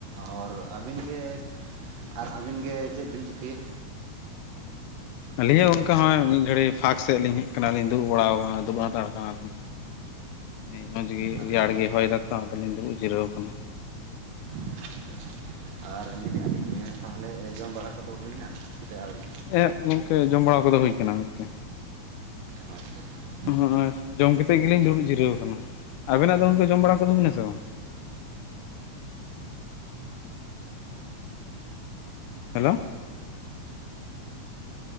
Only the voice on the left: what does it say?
ᱟᱹᱞᱤᱧ ᱦᱚᱸ ᱜᱚᱝᱠᱮ ᱦᱚᱸᱜᱼᱚᱭ ᱢᱤᱫ ᱜᱷᱟᱹᱲᱤ ᱯᱷᱟᱸᱠ ᱥᱮᱫ ᱞᱤᱧ ᱦᱮᱡ ᱟᱠᱟᱱᱟᱞᱤᱧ ᱫᱩᱲᱩᱵ ᱵᱟᱲᱟᱣ ᱟᱠᱟᱱᱟ ᱫᱩᱲᱩᱵ ᱦᱟᱛᱟᱲ ᱠᱟᱱᱟᱞᱤᱧ᱾ ᱢᱚᱡᱽ ᱜᱮ,
ᱨᱮᱭᱟᱲ ᱜᱮ ᱦᱚᱭ ᱫᱟ ᱛᱚ ᱟᱫᱚᱞᱤᱧ ᱫᱩᱲᱩᱵ ᱡᱤᱨᱟᱹᱣ ᱠᱟᱱᱟ᱾
ᱮᱸ ᱜᱚᱢᱠᱮ ᱡᱚᱢ ᱵᱟᱲᱟ ᱠᱚᱫᱚ ᱦᱩᱭᱠᱟᱱᱟ ᱜᱚᱝᱠᱮ᱾
ᱦᱳᱭ ᱡᱚᱢ ᱠᱟᱛᱮᱫ ᱜᱮᱞᱤᱧ ᱫᱩᱲᱩᱵ ᱡᱤᱨᱟᱹᱣ ᱟᱠᱟᱱᱟ᱾ ᱟᱵᱮᱱᱟᱜ ᱫᱚ ᱜᱚᱝᱠᱮ ᱡᱚᱢ ᱵᱟᱲᱟ ᱠᱚᱫᱚ ᱦᱩᱭᱱᱟ ᱥᱮ ᱵᱟᱝ? ᱦᱮᱞᱳ᱾